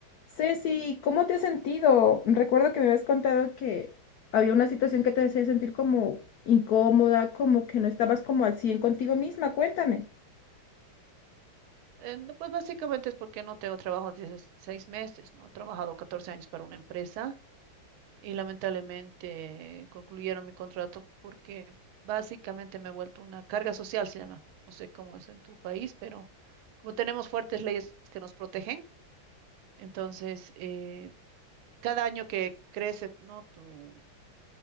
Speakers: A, on the left (about 85°); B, on the right (about 85°).
A: Ceci, ¿cómo te has sentido? Recuerdo que me habías contado que había una situación que te hacía sentir como incómoda, como que no estabas como al 100 contigo misma. Cuéntame.
B: Eh, no, pues básicamente es porque no tengo trabajo desde hace seis meses, ¿no? He trabajado 14 años para una empresa y lamentablemente concluyeron mi contrato porque básicamente me he vuelto una carga social, se llama. No sé cómo es en tu país, pero como tenemos fuertes leyes que nos protegen, entonces eh, cada año que crece, ¿no? Tu,